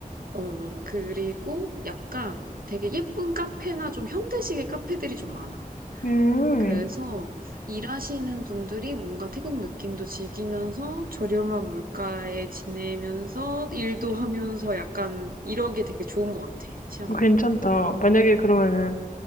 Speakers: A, on the right; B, on the left.
A: 어, 그리고 약간 되게 예쁜 카페나 좀 현대식의 카페들이 좀 많아.
B: 음,
A: 그래서 일하시는 분들이 뭔가 태국 느낌도 즐기면서 저렴한 물가에 지내면서 일도 하면서 약간 이러게 되게 좋은 것 같아, 치앙마이가.
B: 어, 괜찮다. 만약에 그러면은